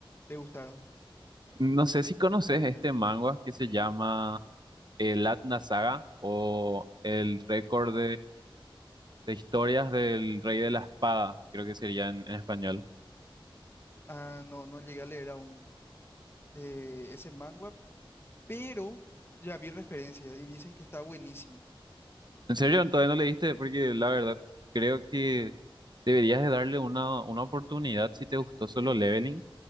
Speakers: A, on the left; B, on the right.
A: ¿Te gustaron?
B: No sé si conoces este manga que se llama el Atna Saga o el récord de historias del Rey de la Espada, creo que sería en, en español.
A: Ah, no, no llegué a leer aún eh, ese manga, pero ya vi referencias y dicen que está buenísimo.
B: ¿En serio? ¿Todavía no leíste? Porque la verdad creo que deberías de darle una, una oportunidad si te gustó Solo Leveling,